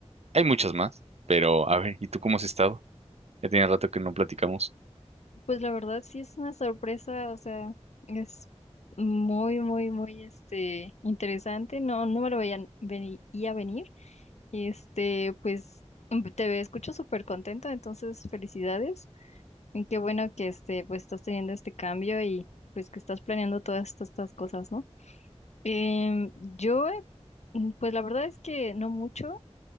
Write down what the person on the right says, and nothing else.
Hay muchas más, pero a ver, ¿y tú cómo has estado? Ya tiene rato que no platicamos.